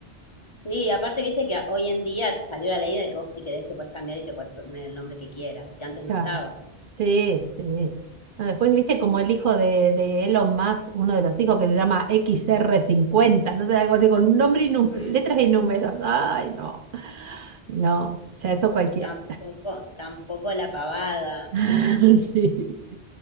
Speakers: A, on the left (about 30°); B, on the right (about 60°).
A: Sí, aparte, viste que hoy en día salió la ley de que vos si querés te puedes cambiar y te puedes poner el nombre que quieras, que antes no
B: Claro.
A: estaba.
B: Sí, sí. No, después viste como el hijo de, de Elon Musk, uno de los hijos que se llama X R cincuenta no sé, algo así con un nombre y nu-
A: <laughs>
B: letras y números. Ay, no, no, ya eso cualquiera.
A: Tampoco, tampoco la pavada.
B: <laughs> Sí,